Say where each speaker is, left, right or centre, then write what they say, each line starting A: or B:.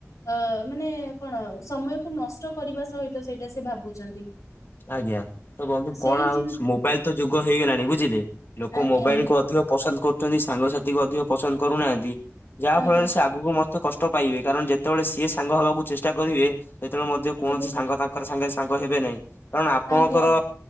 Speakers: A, on the left (about 90°); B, on the left (about 45°).
A: ଆ ମାନେ କଣ ସମୟକୁ ନଷ୍ଟ କରିବା ସହିତ ସେଇଟା ସେ ଭାବୁଛନ୍ତି!
B: ଆଜ୍ଞା। ତ ବନ୍ଧୁ
A: ସେଇ
B: କଣ ଆଉ
A: ଜିନି
B: ମୋବାଇଲ ତ ଯୁଗ ହେଇଗଲାଣି ବୁଝିଲେ? ଲୋକ
A: ଆଜ୍ଞା
B: ମୋବାଇଲକୁ ଅଧିକ ପସନ୍ଦ କରୁ ଛନ୍ତି, ସାଙ୍ଗସାଥି ଅଧିକ ପସନ୍ଦ କରୁନାହାନ୍ତି। ଯାହା
A: ଆଜ୍ଞା
B: ଫଳରେ ସେ ଆଗକୁ କଷ୍ଟ ପାଇବେ। କାରଣ ଯେତେବେଳେ ସିଏ ସାଙ୍ଗ ହବାକୁ ଚେଷ୍ଟା କରିବେ? ସେତେବେଳେ ମଧ୍ୟ କୌଣସି
A: ଆଜ୍ଞା
B: ସାଙ୍ଗ ତାଙ୍କ ର ସାଙ୍ଗେ ସାଙ୍ଗ ହେବେ ନାହିଁ। କାରଣ ଆପଣଙ୍କର
A: ଆଜ୍ଞା